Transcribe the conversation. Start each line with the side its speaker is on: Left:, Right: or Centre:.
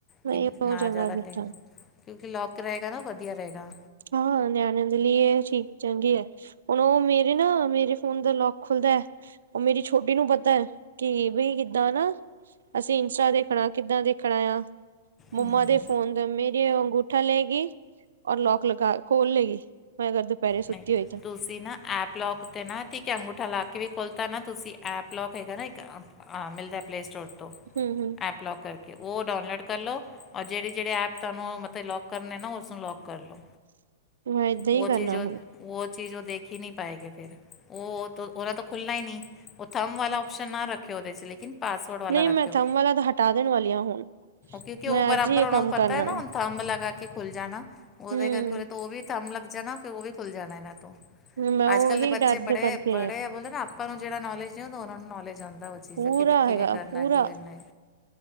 Right: ਨਹੀਂ
Left: ਕਿੰਨਾ
Right: ਉਹ ਚੰਗਾ
Left: ਜ਼ਿਆਦਾ
Right: ਕੀਤਾ
Left: ਟਾਈਮ ਕਿਉਂਕਿ ਲੋਕ ਰਹੇਗਾ ਨਾ ਵਧੀਆ ਰਹੇਗਾ
Right: ਹਾਂ ਨਿਆਣਿਆਂ ਦੇ ਲਈ ਇਹ ਠੀਕ ਚੰਗੀ ਹੈ ਹੁਣ ਉਹ ਮੇਰੇ ਨਾ ਮੇਰੇ ਫੋਨ ਦਾ ਲੋਕ ਖੁੱਲਦਾ ਹੈ ਉਹ ਮੇਰੀ ਛੋਟੀ ਨੂੰ ਪਤਾ ਹੈ ਕਿ ਬਈ ਕਿੱਦਾਂ ਨਾ ਅਸੀਂ ਇੰਸਟਾ ਦੇਖਣਾ ਕਿੱਦਾਂ ਦੇਖਣਾ ਆ ਮੰਮਾ
Left: ਹਮ
Right: ਦੇ ਫੋਨ ਮੇਰੀ ਅੰਗੂਠਾ ਲੈ ਗਈ ਔਰ ਲੋਕ ਲਗਾ ਗ ਖੋਲ੍ਹ ਲੇਗੀ, ਮੈਂ ਅਗਰ ਦੁਪਹਿਰੇ ਸੁੱਤੀ
Left: ਨਹੀਂ
Right: ਹੋਈ ਤਾਂ
Left: ਤੁਸੀਂ ਨਾ ਐਪਲੌਕ ਤੇ ਨਾ ਕ ਅੰਗੂਠਾ ਲਾ ਕੇ ਵੀ ਖੁੱਲ੍ਹਤਾ ਨਾ, ਤੁਸੀਂ ਐਪਲੌਕ ਹੈਗਾ ਨਾ ਇੱਕ। ਹਾਂ ਮਿਲਦਾ ਪਲੇ ਸਟੋਰ ਤੋਂ।
Right: ਹੂੰ, ਹੂੰ।
Left: ਐਪਲੌਕ ਕਰਕੇ, ਉਹ ਡਾਊਨਲੋਡ ਕਰ ਲੋ। ਔਰ ਜਿਹੜੇ- ਜਿਹੜੇ ਐਪ ਤਾਨੂੰ ਮਤਲਬ ਲੌਕ ਕਰਨੇ ਨਾ, ਓਸਨੂੰ ਲੌਕ ਕਰ ਲੋ।
Right: <unintelligible> ਏਦਾਂ
Left: ਉਹ
Right: ਹੀ ਕਰਨਾ
Left: ਚੀਜ਼,
Right: ਹੁਣ
Left: ਓਹ ਚੀਜ਼ ਓਹ ਦੇਖ ਹੀ ਨਹੀਂ ਪਾਏਗੇ ਫਿਰ। ਓਹ -ਓਹ ਤੋਂ ਓਹਨਾਂ ਤੋ ਖੁੱਲਨਾ ਹੀ ਨਹੀਂ, ਓਹ ਥੰਮ ਵਾਲਾ ਓਪਸ਼ਨ ਨਾ ਰੱਖੇ ਓਹਦੇ ਚ, ਲੇਕਿਨ ਪਾਸਵਰਡ ਵਾਲਾ
Right: ਨਹੀਂ ਮੈਂ
Left: ਰੱਖਿਓ,
Right: ਥੰਮ ਵਾਲਾ ਤਾਂ ਹਟਾ ਦੇਣ ਵਾਲੀ ਹਾਂ ਹੁਣ
Left: ਕਿਉਂਕਿ
Right: ਮੈਂ
Left: ਉਹ ਬਰਾਬਰ
Right: ਅੱਜ ਹੀ ਇਹ
Left: ਉਹਨਾ
Right: ਕੰਮ
Left: ਨੂੰ ਪਤਾ
Right: ਕਰਨਾ
Left: ਹੈ ਨਾ ਥੰਮ ਲਗਾ ਕੇ ਖੁੱਲ ਜਾਣਾ, ਉਹਦੇ
Right: ਹਮ
Left: ਕਰਕੇ ਉਹਦੇ ਤੋਂ ਉਹ ਵੀ ਥੰਮ ਲੱਗ ਜਾਣਾ, ਫਿਰ ਉਹ ਵੀ ਖੁੱਲ ਜਾਣਾ ਇਹਨਾਂ ਤੋਂ।
Right: ਮੈਂ ਉਹੀ
Left: ਅੱਜ ਕੱਲ੍ਹ ਦੇ ਬੱਚੇ
Right: ਡਰਦ
Left: ਬੜੇ
Right: ਕਰਕੇ
Left: -ਬੜੇ ਬੋਲਦੇ ਨਾ, ਆਪਾਂ ਨੂੰ ਜਿਹੜਾ ਨੌਲੇਜ ਨਹੀਂ ਹੁੰਦਾ, ਉਹਨਾ ਨੂੰ ਨੌਲੇਜ ਹੁੰਦਾ। ਚੀ
Right: ਪੂਰਾ
Left: ਕਿ ਕਿਵੇਂ
Right: ਹੈਗਾ
Left: ਕਰਨਾ
Right: ਪੂਰਾ
Left: ਕਿਵੇਂ ਨਹੀਂ,